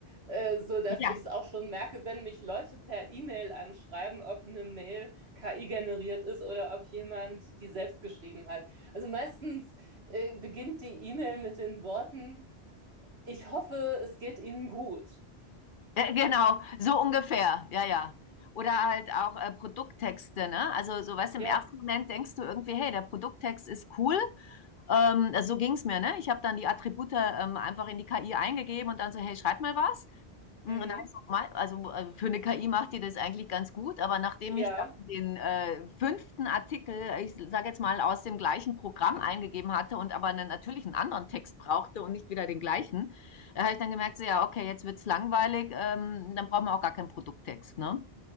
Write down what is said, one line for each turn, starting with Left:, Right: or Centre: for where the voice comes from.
Right: äh, sodass
Left: ja,
Right: ich es auch schon merke, wenn mich Leute per E-Mail anschreiben, ob eine Mail KI generiert ist oder ob jemand die selbst geschrieben hat. Also meistens äh, beginnt die E-Mail mit den Worten, ich hoffe, es geht Ihnen gut.
Left: äh, genau, so ungefähr, ja, ja. Oder halt auch äh, Produkttexte, ne? Also so weißt du,
Right: Ja,
Left: im ersten Moment denkst du irgendwie, hey, der Produkttext ist cool. Ähm, also, so ging's mir, ne? Ich habe dann die Attribute ähm, einfach in die KI eingegeben und dann so, hey, schreib mal was. Hm,
Right: mhm.
Left: nein, ist normal. Also äh, für eine KI macht die das eigentlich ganz gut, aber nachdem
Right: ja.
Left: ich dann den äh, fünften Artikel, ich sage jetzt mal, aus dem gleichen Programm eingegeben hatte und aber einen, natürlich einen anderen Text brauchte und nicht wieder den gleichen, äh, habe ich dann gemerkt, so ja, okay, jetzt wird's langweilig, ähm, dann brauchen wir auch gar keinen Produkttext, ne?